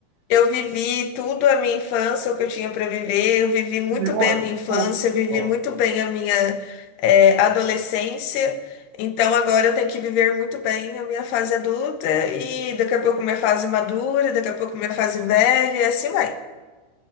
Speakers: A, on the left; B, on the right.
A: eu vivi tudo a minha infância, o que eu tinha para viver, eu vivi muito
B: Demora.
A: bem a minha infância,
B: Pô,
A: eu vivi
B: ó.
A: muito bem a minha, é, adolescência. Então, agora eu tenho que viver muito bem a minha fase adulta e daqui a pouco minha fase madura, daqui a pouco minha fase velha, e assim vai.